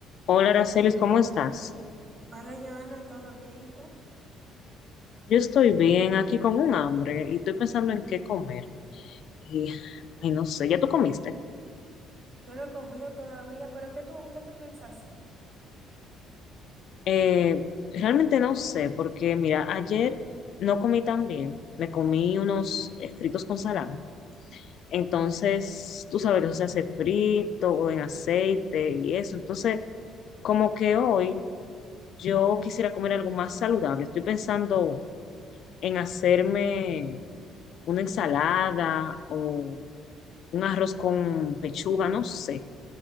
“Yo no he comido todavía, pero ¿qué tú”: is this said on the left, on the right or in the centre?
Right